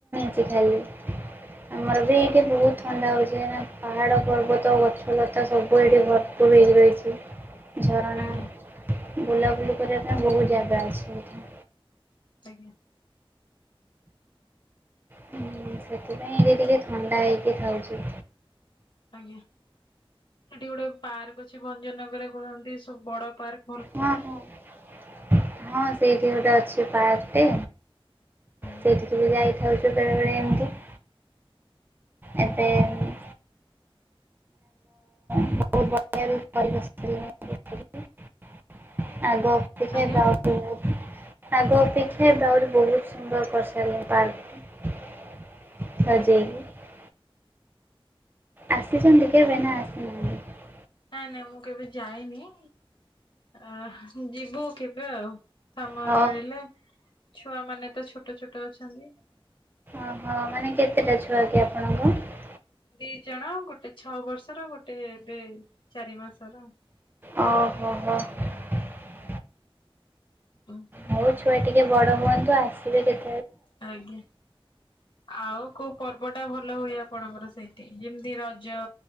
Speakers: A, on the right (about 20°); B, on the left (about 55°).
A: <unintelligible> ଆମର ବି ଏଇଠେ ବହୁତ ଥଣ୍ଡା ହଉଛି କାହିଁକି ନା ପାହାଡ ପର୍ବତ ଗଛଲତା ସବୁ ଏଇଠି ଭ <unintelligible> ବିଲି ରହିଛି ଝରଣା
B: ଆଜ୍ଞା ଆଜ୍ଞା
A: ବୁଲାବୁଲି କରିବା ପାଇଁ ବହୁତ ଜାଗା ଅଛି। ସେଈଟି।
B: ଆଜ୍ଞା।
A: ହୁଁ ସେଥିପାଇଁ ଏଇଠି ଟିକେ ଥଣ୍ଡା ହେଇକି ଥାାଉଛି।
B: ଆଜ୍ଞା ସେଠି ଗୋଟେ ପାର୍କ ଅଛି ଭଞ୍ଜନଗରରେ କୁହନ୍ତି ସବୁ ବଡ ପାର୍କ ।
A: ହଁ ହଁ ହଁ ସେଇଠି ଗୋଟେ ଅଛି । ପାର୍କ ଟେ
B: ଆଜ୍ଞା
A: ସେଇଠି କି ବି ଯାଇଥାଉଛୁ ବେଳେ ବେଳେ ଏମତି । ଏବେ ଉଁ । ବହୁତ ବଢିଆ ବି ପରିବେଶ <unintelligible> ଆଗ ଅପେକ୍ଷା
B: ଆଜ୍ଞା
A: ଏବେ ଆହୁରି ବହୁତ । ଆଗ ଅପେକ୍ଷା ଏବେ ଆହୁରି ବହୁତ ସୁନ୍ଦର କରି ସାରିଲଣୀ ପାର୍କ କୁ। ସଜେଇକି
B: ଆଜ୍ଞା
A: । ଆସିଛନ୍ତି କେବେ ନା ଆସି ନାହାନ୍ତି।
B: ନାଇଁ ନାଇଁ ମୁଁ କେବେ ଯାଇନିଆ ଅ ହ ଯିବୁ କେବେ ଆଉ । ସମୟ
A: ହଁ
B: ମିଳିଲେ ଛୁଆ ମାନେ ତ ଛୋଟ ଛୋଟ ଅଛନ୍ତି ।
A: ଓହୋ ମାନେ କେତେଟା ଛୁଆ କି ଆପଣଙ୍କ ।
B: ଦି ଜଣ ଗୋଟେ ଛଅ ବର୍ଷର ଗୋଟେ ଏବେ ଚାରି ମାସର ।
A: ଓ ହୋ ହୋ ।
B: ଏମିତି
A: ହଉ
B: ଆଉ
A: ଛୁଆ ଟିକେ ବଡ ହୁଅନ୍ତୁ ଆସିବେ କେତେ
B: ଆଜ୍ଞା । ଆଉ କୋଉ ପର୍ବ ଟା ଭଲ ହୁଏ ଆପଣଙ୍କର ସେଇଠି ଯେମିତି ର ଜ